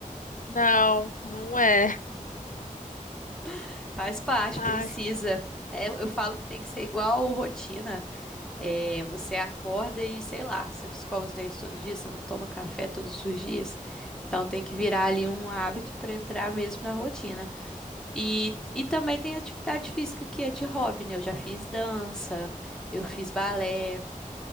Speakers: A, on the left; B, in the centre.
A: Não, não é.
B: <laughs> faz parte,
A: Ai,
B: precisa. É, eu falo que tem que ser igual rotina. É, você acorda e, sei lá, você não escova os dentes todo dia, você não toma café todos os dias. Então tem que virar ali um hábito para entrar mesmo na rotina. E, e também tem atividade física que é de hobby, né? Eu já fiz dança, eu fiz balé,